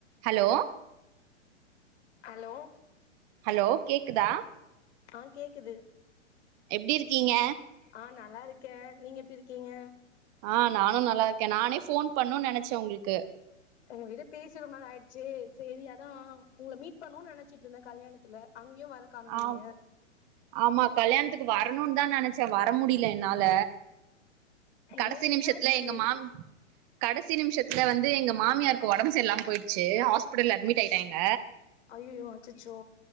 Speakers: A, on the right; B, on the left.
A: hello
B: hello
A: hello கேக்குதா
B: ஆ கேக்குது
A: எப்டி இருக்கீங்க
B: ஆ நல்லா இருக்கே நீங்க எப்டி இருக்கீங்க
A: ஆ நானு நல்லா இருக்கே நானே ஃபோன் பண்ணுனு நெனச்சே உங்களுக்கு
B: உங்ககிட்ட பேசி ரொம்ப நாள் ஆயிடுச்சு செரி அதா உங்கள மீட் பண்ணுன்னு நெனச்சிட்டு இருந்த கல்யாணத்துல அங் கயு வரக்கானோ
A: ஆ
B: நீங்க
A: ஆமா கல்யாணத்துக்கு வரணுனுதா நெனைச்சே வர முடில என்னால கடைசி
B: ஏ
A: நிமிஷத்துல
B: என்னாச்சு
A: எங்க மாம் கட கடைசி நிமிஷத்துல வந்து எங்க மாமியாருக்கு ஒடம்பு சரி இல்லாம போயிருச்சு ஹாஸ்பிட்டல்ல அட்மிட் ஆயிட்டாங்க
B: அய்யய்யோ அச்சச்சோ